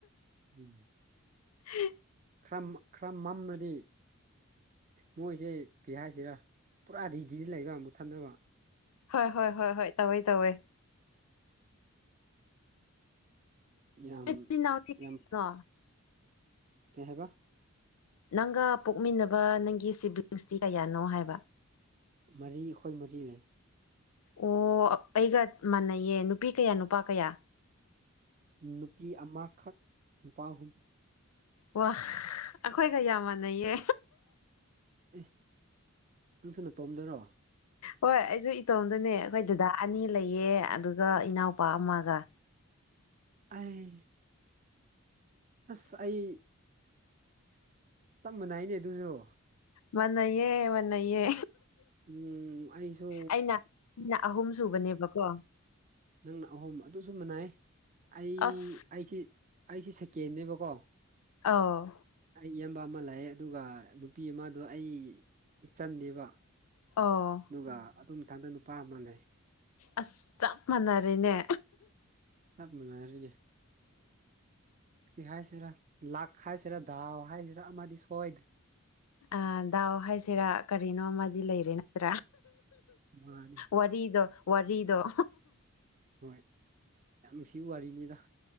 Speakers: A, on the right; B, on the left.
A: ꯎꯝ
B: ꯍ
A: ꯈꯔ ꯈꯔ ꯃꯝꯅꯗꯤ ꯃꯣꯏꯁꯦ ꯀꯩ ꯍꯥꯏꯁꯤꯔꯥ ꯄꯨꯔꯥ ꯔꯦꯗꯤꯗ ꯂꯩꯕ ꯑꯃꯨꯛ ꯊꯟꯗꯕ
B: ꯍꯣꯏ ꯍꯣꯏ ꯍꯣꯏ ꯍꯣꯏ ꯇꯧꯋꯦ ꯇꯧꯋꯦ
A: ꯌꯥꯝ
B: ꯏꯆꯤꯜ ꯏꯅꯥꯎꯗꯤ ꯀꯌꯥꯅꯣ
A: ꯌꯥꯝ ꯀꯩ ꯍꯥꯏꯕ
B: ꯅꯪꯒ ꯄꯣꯛꯃꯤꯟꯅꯕ ꯅꯪꯒꯤ ꯁꯤꯕ꯭ꯂꯤꯡꯁꯇꯤ ꯀꯌꯥꯅꯣ ꯍꯥꯏꯕ
A: ꯃꯔꯤ ꯑꯩꯈꯣꯏ ꯃꯔꯤ ꯂꯩ
B: ꯑꯣ ꯑꯩꯒ ꯃꯥꯟꯅꯩꯌꯦ ꯅꯨꯄꯤ ꯀꯌꯥ ꯅꯨꯄꯥ ꯀꯌꯥ
A: ꯅꯨꯄꯤ ꯑꯃꯈꯛ ꯅꯨꯄꯥ ꯑꯍꯨꯝ
B: ꯋꯥ ꯑꯩꯈꯣꯏꯒ ꯌꯥꯝ ꯃꯥꯟꯅꯩꯌꯦ
A: ꯑꯦ ꯅꯪꯁꯨ ꯅꯇꯣꯝꯗꯔꯣ
B: ꯍꯣꯏ ꯑꯩꯁꯨ ꯏꯇꯣꯝꯗꯅꯦ ꯑꯩꯈꯣꯏ ꯗꯗꯥ ꯑꯅꯤ ꯂꯩꯌꯦ ꯑꯗꯨꯒ ꯏꯅꯥꯎꯄꯥ ꯑꯃꯒ
A: ꯑ ꯑꯁ ꯑꯩ ꯆꯞ ꯃꯥꯟꯅꯥꯏꯅꯦ ꯑꯗꯨꯁꯨ
B: ꯃꯥꯟꯅꯩꯌꯦ ꯃꯥꯟꯅꯩꯌꯦ
A: ꯎꯝ ꯑꯩꯁꯨ
B: ꯑꯩꯅ ꯑꯩꯅ ꯑꯍꯨꯝ ꯁꯨꯕꯅꯦꯕꯀꯣ
A: ꯅꯪꯅ ꯑꯍꯨꯝ ꯑꯗꯨꯁꯨ ꯃꯅꯥꯏ ꯑꯩ
B: ꯑꯁ
A: ꯑꯩꯁꯤꯦ ꯑꯩꯁꯤꯦ ꯁꯦꯀꯦꯟꯅꯦꯕꯀꯣ
B: ꯑꯥꯎ
A: ꯑꯩ ꯏꯌꯥꯝꯕ ꯑꯃ ꯂꯩꯌꯦ ꯑꯗꯨꯒ ꯅꯨꯄꯤ ꯑꯃꯗꯣ ꯑꯩ ꯏꯆꯟꯅꯦꯕ
B: ꯑꯣ
A: ꯑꯗꯨꯒ ꯑꯗꯨ ꯃꯊꯪꯗ ꯅꯨꯄꯥ ꯑꯃ ꯂꯩ
B: ꯑꯁ ꯆꯞ ꯃꯥꯟꯅꯔꯦꯅꯦ
A: ꯆꯞ ꯃꯥꯟꯅꯔꯦꯅꯦ ꯍꯥꯏꯁꯤꯔꯥ ꯂꯥꯛ ꯍꯥꯏꯁꯤꯔꯥ ꯗꯥꯎ ꯍꯥꯏꯁꯤꯔꯥ ꯑꯃꯗꯤ ꯁꯣꯏꯗ꯭ꯔ
B: ꯑ ꯗꯥꯎ ꯍꯥꯏꯁꯤꯔꯥ ꯀꯔꯤꯅꯣ ꯑꯃꯗꯤ ꯂꯩꯔꯦ ꯅꯠꯇ꯭ꯔꯥ
A: ꯃꯥꯅꯦ
B: ꯋꯥꯔꯤꯗꯣ ꯋꯥꯔꯤꯗꯣ
A: ꯍꯣꯏ ꯌꯥꯝ ꯅꯨꯡꯁꯤꯕ ꯋꯥꯔꯤꯅꯤꯗ